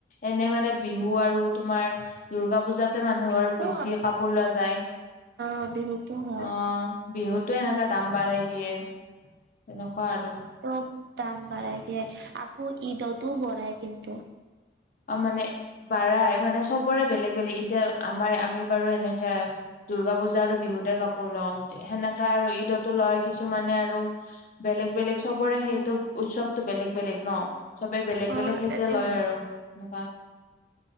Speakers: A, on the left (about 45°); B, on the right (about 65°).
A: এনে মানে বিহু আৰু তোমাৰ দুৰ্গা পূজাতে মানুহৰ
B: বিহুতো
A: বেছি কাপোৰ লোৱা যায়।
B: অহ, বিহুতো হয়।
A: অ বিহুতো এনেকা দাম বাঢ়াই দিয়ে এনেকুৱা আৰু।
B: ত' বহুত দাম বাঢ়াই দিয়ে আকৌ ঈদতো বঢ়ায় কিন্তু।
A: অ' মানে বাঢ়াই মানে চবৰে বেলেগ -বেলেগ এতিয়া আমাৰ আমি বাৰু এনেকা, দুৰ্গা পুজা আৰু বিহুতে কাপ পোৰ, লওঁ সেনেকা আৰু ঈদতো লয় কিছুমানে আৰু বেলেগ, বেলেগ চবৰে সেইটো উৎসৱটো বেলেগ, বেলেগ ন, চবে বেলেগ
B: অ
A: বেলেগ সেইতে
B: এইটোৱেইটো
A: লয় আৰু। সেনেকোৱা,